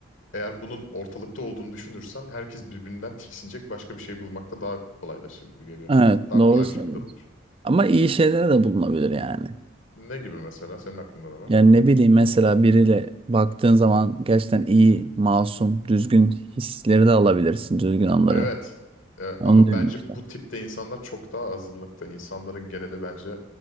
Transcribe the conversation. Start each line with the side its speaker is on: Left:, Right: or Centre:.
Left: Eğer bunun ortalıkta olduğunu düşünürsen herkes birbirinden tiksinecek başka bir şey bulmakta daha kolaylaşır gibi geliyor.
Right: Evet
Left: Daha
Right: doğru
Left: kolay
Right: söylüyorsun.
Left: bir şekilde bulur.
Right: Ama iyi şeyler de bulunabilir yani.
Left: Ne gibi mesela? Senin aklında ne var?
Right: Yani ne bileyim mesela biriyle baktığın zaman gerçekten iyi, masum, düzgün hisleri de alabilirsin, düzgün anları.
Left: Evet. E,
Right: Onu
Left: ama
Right: diyorum
Left: bence
Right: işte.
Left: bu tipte insanlar çok daha azınlıkta. İnsanların geneli bence